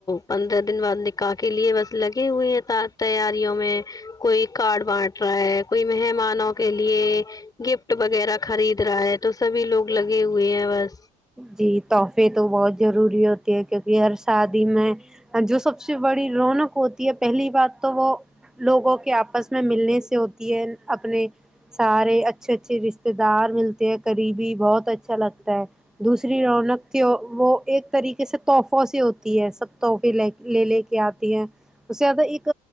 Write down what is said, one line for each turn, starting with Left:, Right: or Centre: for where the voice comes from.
Left: پندرہ دن بعد نکا ح کے لیے بس لگے ہوئے ہیں تا تیاریوں میں کوئی کارڈ بانٹ رہا ہے کوئی مہمانوں کے لیے گفٹ تو وغیرہ خرید رہا ہے تو سبھی لوگ لگے ہوئے ہیں بس
Centre: جی تحفے تو بہت ضروری ہوتے ہے کیونکہ ہر شادی میں جو سب سے بڑی رونق ہوتی ہے پہلی بات تو وہ لوگوں کے آپس میں ملنے سے ہوتی ہے اپنے سارے اچھے اچھے رشتے دار ملتے ہیں قریبی بہت اچھا لگتا ہے دوسری رونق کے وہ ایک طریقے سے تحفوں سے ہوتی ہے سب تحفے لے کے لے لے کے آتی ہیں اس زیادہ ایک